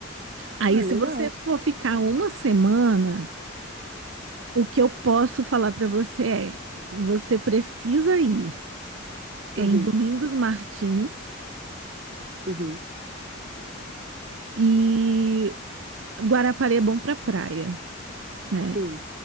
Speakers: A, on the right (about 70°); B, on the right (about 45°).
A: Aí,
B: Ah, legal.
A: se você for ficar uma semana, o que eu posso falar pra você é: você precisa ir em
B: Uhum,
A: Domingos Martins
B: uhum,
A: e Guarapari é bom pra praia, né?
B: sim.